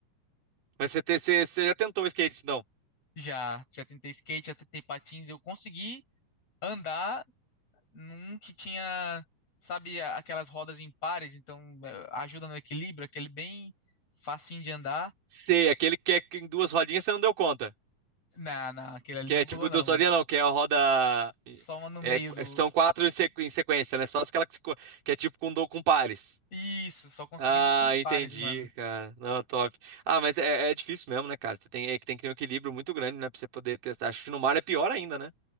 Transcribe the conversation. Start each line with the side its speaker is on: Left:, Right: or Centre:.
Right: Mas você, te- você, você já tentou o skate, então?
Left: Já, já tentei skate, já tentei patins, eu consegui andar num que tinha, sabe, a- aquelas rodas impares, então eh, ajuda no equilíbrio, aquele bem facinho de andar.
Right: Sei, aquele que é em duas rodinhas você não deu conta.
Left: Não, não, aquele ali
Right: Que
Left: não
Right: é
Left: rolou
Right: tipo
Left: não,
Right: duas
Left: mano.
Right: rodinhas, não, que é a roda.
Left: Só uma no
Right: é,
Left: meio do.
Right: são quatro em sequ- em sequência, né? Só aquela que, se co- que é tipo com, do- com pares.
Left: Isso, só conseguindo
Right: Ah,
Left: com pares,
Right: entendi,
Left: mano.
Right: cara. Não, top. Ah, mas é, é difícil mesmo, né, cara? Você tem, é que tem que ter um equilíbrio muito grande, né, pra você poder testar. Acho que no mar é pior ainda, né?